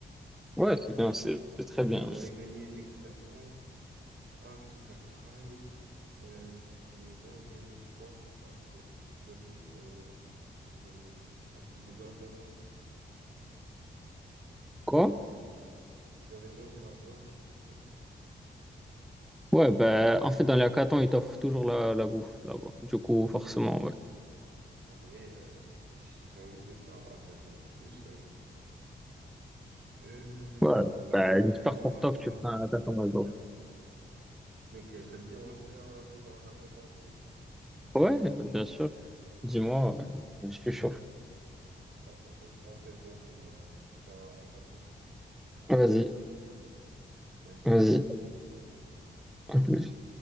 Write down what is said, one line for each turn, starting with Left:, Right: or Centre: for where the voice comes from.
Centre: Ouais, c'est bien, c'est c'est très bien.
Right: Vous avez gagné l'expérience un petit cash prize. euh, vous avez mangé, je pense, bah, c'est logique, normalement. Vous avez acheté des burgers, non?
Centre: Quoi?
Right: Vous avez mangé là-bas, non?
Centre: Ouais, ben, en fait, dans les hackathons, ils t'offrent toujours la, la bouffe là-bas. Du coup,
Right: En
Centre: forcément,
Right: vrai,
Centre: ouais.
Right: en vrai, euh, j'ai j'ai envie de faire un hackathon. En Plus, euh, euh, moi,
Centre: Ouais,
Right: je suis un
Centre: ben,
Right: étudiant
Centre: j'espère pour
Right: en informatique,
Centre: toi que tu feras un hackathon
Right: je dois
Centre: un
Right: le
Centre: jour.
Right: faire. Mec, euh, ça te dit, on va faire un jour un hackathon ensemble.
Centre: Ouais, bien sûr.
Right: Bah
Centre: Dis-moi,
Right: ouais,
Centre: ouais. Je suis
Right: ça va.
Centre: chaud.
Right: La prochaine fois, appelle-moi pour euh, faire un hackathon. Ouais,
Centre: Vas-y,
Right: je suis chaud. Vas-y,
Centre: vas-y.
Right: à
Centre: À plus.